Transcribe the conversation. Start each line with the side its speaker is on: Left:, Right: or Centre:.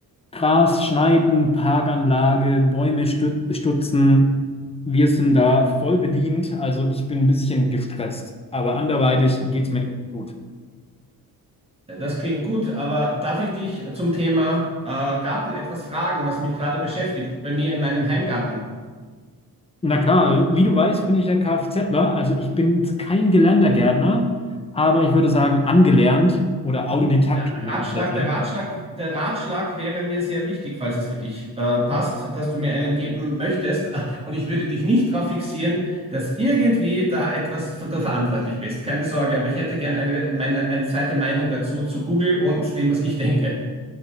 Left: Gras schneiden, Parkanlage, Bäume stu- stutzen. Wir sind da voll bedient, also ich bin ein bisschen gestresst, aber anderweitig geht's mir echt gut.
Right: Das klingt gut, aber darf ich dich zum Thema äh, Garten etwas fragen, was mich gerade beschäftigt, bei mir in meinem Heimgarten?
Left: Na klar, also wie du weißt, bin ich ja Kfzler, also ich bin jetzt kein gelernter Gärtner, aber ich würde sagen angelernt oder autodidaktisch
Right: Ja,
Left: nennt
Right: Ratschlag,
Left: man das ja.
Right: der Ratschlag, der Ratschlag wäre mir sehr wichtig, falls es für dich äh, passt, dass du mir einen geben möchtest. <laughs> Und ich würde dich nicht darauf fixieren, dass irgendwie da etwas für, da verantwortlich bist. Keine Sorge, aber ich hätte gern eine, meine, eine zweite Meinung dazu zu Google und dem, was ich denke.